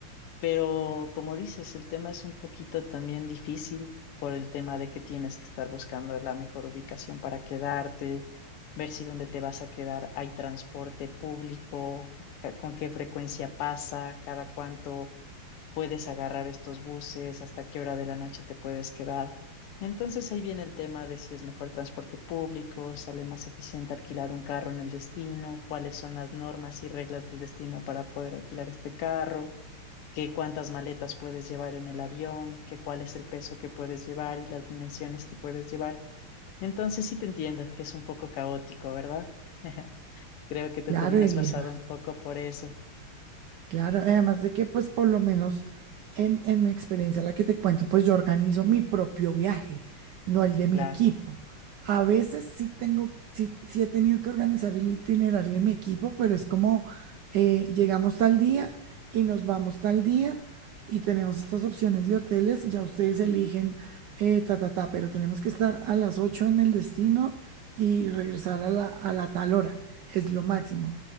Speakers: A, on the left; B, on the right.
A: pero como dices, el tema es un poquito también difícil por el tema de que tienes que estar buscando la mejor ubicación para quedarte, ver si dónde te vas a quedar hay transporte público, ca- con qué frecuencia pasa, cada cuánto puedes agarrar estos buses, hasta qué hora de la noche te puedes quedar. Entonces ahí viene el tema de si es mejor transporte público, sale más eficiente alquilar un carro en el destino, cuáles son las normas y reglas del destino para poder alquilar este carro, qué cuántas maletas puedes llevar en el avión, qué cuál es el peso que puedes llevar y las dimensiones que puedes llevar. Entonces sí te entiendo que es un poco caótico, ¿verdad? <laughs> Creo que tú
B: Claro,
A: también
B: Eguía.
A: has pasado un poco por eso,
B: Claro, eh, además de que pues por lo menos en, en mi experiencia, la que te cuento, pues yo organizo mi propio viaje, no el de mi
A: claro.
B: equipo. A veces sí tengo, sí, sí he tenido que organizar el itinerario de mi equipo, pero es como eh, llegamos tal día y nos vamos tal día y tenemos estas opciones de hoteles y ya ustedes eligen eh, ta, ta, ta, pero tenemos que estar a las 8 en el destino y regresar a la, a la tal hora, es lo máximo,